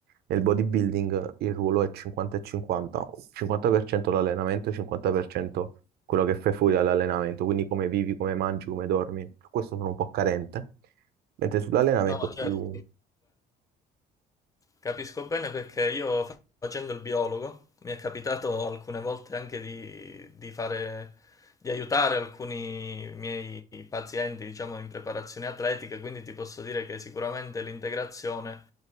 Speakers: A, on the right; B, on the left.
A: nel bodybuilding il ruolo è 50 e 50, 50% l'allenamento, 50% quello che fai fuori dall'allenamento, quindi come vivi, come mangi, come dormi. Su Questo sono un po' carente, mentre sull'allenamento
B: No,
A: più
B: certo. Capisco bene perché io facendo il biologo mi è capitato alcune volte anche di, di fare, di aiutare alcuni miei pazienti, diciamo, in preparazioni atletiche, quindi ti posso dire che sicuramente l'integrazione